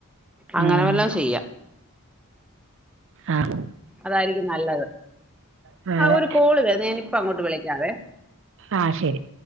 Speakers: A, in the centre; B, on the right (about 60°).
A: അങ്ങനെ
B: ഉം.
A: വല്ലോം ചെയ്യാം
B: ആഹ്
A: അതായിരിക്കും നല്ലത്
B: ആ,
A: ആഹ്
B: അതെ
A: ഒരു കോള് വരുന്നു ഞാന ഇപ്പ അങ്ങോട്ട് വിളിക്കാവേ
B: ആഹ് ശരി